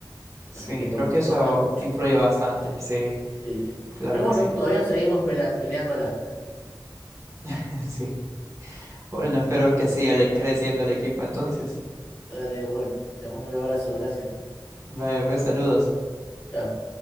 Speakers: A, on the right; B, on the left.
A: sí,
B: así que bueno,
A: creo que eso
B: cuesta mucho,
A: influye bastante. Sí,
B: sí.
A: claro
B: Pero
A: que
B: bueno,
A: sí.
B: todavía seguimos pelea- peleándola,
A: <laughs> Sí. Bueno,
B: así
A: espero
B: que bueno,
A: que siga le- creciendo el equipo entonces.
B: dale, igual. Te mando un abrazo, gracias.
A: Vaya, pues saludos.
B: Chao.